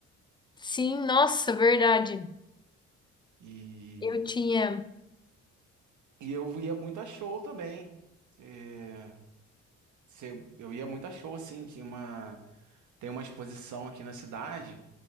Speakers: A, on the left (about 15°); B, on the right (about 75°).
A: sim, nossa, verdade.
B: E,
A: Eu tinha.
B: e eu ia muito a show também. É, Você- eu ia muito a show, assim, tinha uma, tem uma exposição aqui na cidade,